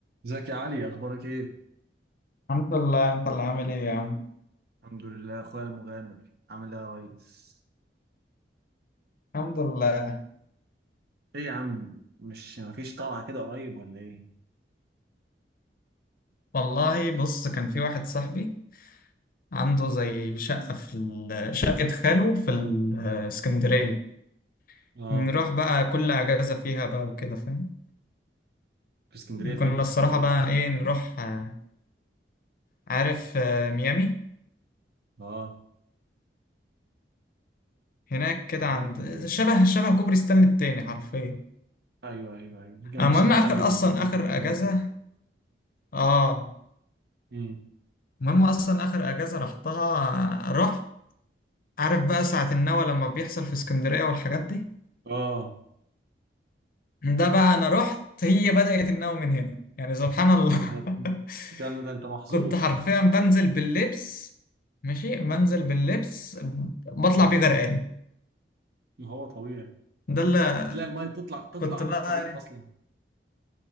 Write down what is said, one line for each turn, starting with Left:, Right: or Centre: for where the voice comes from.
Right: ازيك يا علي اخبارك ايه
Left: الحمد لله انت اللي عامل ايه يا عم
Right: الحمد لله يا اخويا المغامر عامل ايه يا ريس
Left: الحمد لله
Right: ايه يا عم مش مفيش طلعه كده قريب ولا ايه
Left: والله بص كان في واحد صاحبي عنده زي شقة في ال- شقة خاله في الإسكندرية
Right: اه
Left: نروح بقى كل أجازة فيها بقى وكده فاهم
Right: في اسكندريه فين
Left: كنا
Right: في
Left: الصراحة
Right: اسكندريه
Left: بقى ايه نروح آه، عارف آه، ميامي
Right: اه
Left: هناك كده
Right: عارف
Left: عند
Right: مين
Left: شبه شبه كوبري ستانلي التاني حرفيا
Right: ايوه ايوه ايوه جنب
Left: المهم
Right: شارع
Left: آخر
Right: خالد بن
Left: أصلا
Right: الوليد
Left: آخر
Right: والكلام
Left: أجازة
Right: ده كله
Left: اه
Right: امم
Left: المهم أصلا آخر أجازة رحتها آه، رحت عارف بقى ساعة النوى لما بيحصل في اسكندرية والحاجات دي
Right: اه
Left: ده بقى انا رحت هي بدأت النوم من هنا يعني سبحان الله
Right: يا نهار
Left: <laughs>
Right: يا نهار ده انت محظوظ
Left: كنت حرفيا بنزل باللبس ماشي بنزل باللبس بطلع بيه غرقان
Right: ما هو طبيعي
Left: ده اللي
Right: هتلاقي الميه تطلع تطلع
Left: كنت
Right: على
Left: بقى
Right: الطريق اصلا